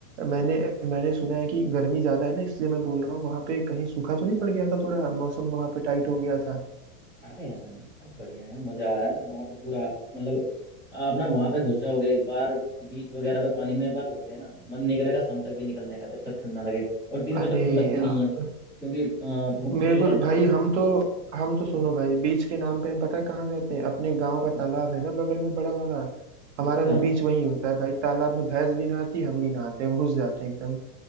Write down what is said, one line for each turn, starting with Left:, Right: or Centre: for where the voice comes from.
Right: मैंने मैंने सुना है कि गर्मी ज्यादा है ना इसलिए मैं बोल रहा हूँ वहां पे कहीं सूखा तो नहीं पड़ गया था थोड़ा मौसम वहां पे टाइट हो गया था
Centre: अरे ऐसा नहीं है यार बढ़िया है मजा आया है वहाँ पे पूरा मतलब आप ना वहाँ पे घुस जाओगे एक बार बीच वगैरह पे पानी में एक बार घुस गए ना मन नहीं करेगा शाम तक भी निकलने का जब तक ठंड ना लगे और दिन
Right: अरे
Centre: में तो ठंड लगती
Right: यार
Centre: नहीं है क्योंकि अ, धूप
Right: मेरे
Centre: निकली
Right: को
Centre: रहती
Right: तो, भाई
Centre: है
Right: हम तो हम तो सुनो भाई बीच के नाम पे हम पता है कहाँ जाते हैं अपने गांव का
Centre: हम्म,
Right: तालाब है ना बगल में बड़ा वाला हमारा
Centre: अच्छा
Right: तो बीच वही होता है भाई तालाब में भैंस भी नहाती हम भी नहाते हैं घुस जाते हैं एकदम